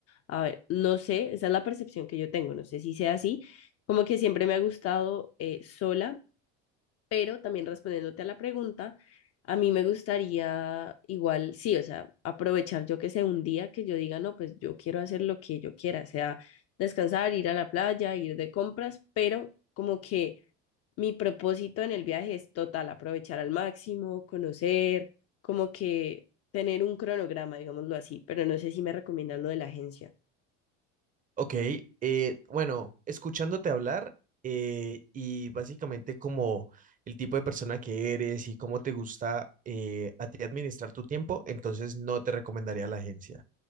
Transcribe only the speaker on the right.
Ok, eh, bueno, escuchándote hablar eh, y básicamente como el tipo de persona que eres y cómo te gusta eh, a ti administrar tu tiempo, entonces no te recomendaría la agencia.